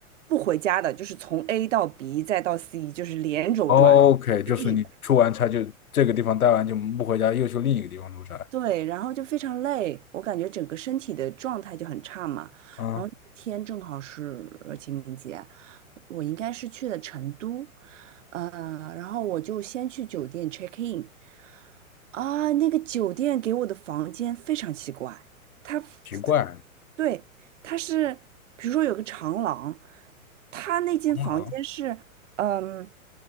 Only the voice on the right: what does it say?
不回家的，就是从 A 到 B 再到 C，就是连轴转，
一直在
对，然后就非常累，我感觉整个身体的状态就很差嘛。
然后那天正好是呃清明节，我应该是去的成都，呃，然后我就先去酒店 check in，啊，那个酒店给我的房间非常奇怪，它，
它对，它是，比如说有个长廊，它那间房间是，
嗯，